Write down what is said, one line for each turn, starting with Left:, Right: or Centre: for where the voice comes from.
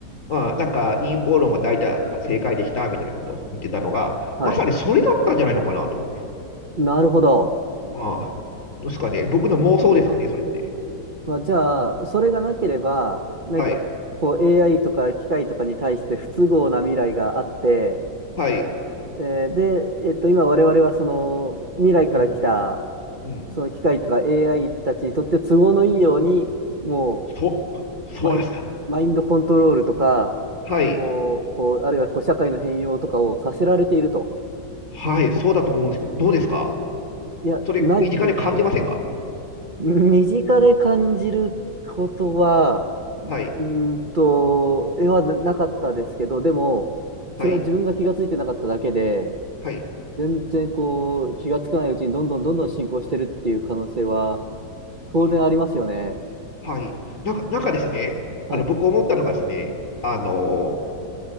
Left: あなんか陰謀論は大体正解でしたみたいなことを言ってたのが、
Right: はい。
Left: まさにそれだったんじゃないのかなと思って。
Right: なるほど。
Left: ああ、どうですかね。僕の妄想ですかね、それって。
Right: まあ、じゃあ、それがなければ、何かこう
Left: はい。
Right: AI とか機械とかに対して不都合な未来があって、
Left: はい。
Right: えーで、えっと、今我々はその未来から来た
Left: うん、うん。
Right: その機械とか AI たちにとって都合のいいように、も
Left: そ、そうですよ。
Right: うマイン、マインドコントロールとか、
Left: はい。
Right: こう、こう、あるいはこう社会の変容とかをさせられていると。
Left: はい。そうだと思うんですけど、どうですか
Right: いや、
Left: それ、
Right: ないと、
Left: 身近で感じませんか
Right: 身近で感じることは、
Left: はい。
Right: うーんと、絵はななかったですけど、でも、
Left: はい。
Right: それは自分が気がついてなかっただけで、
Left: はい。
Right: 全然こう、気がつかないうちにどんどんどんどん進行してるっていう可能性は当然ありますよね。
Left: ははい。なんか、なんかですね、
Right: はい、
Left: あの、僕思ったのがですね、あの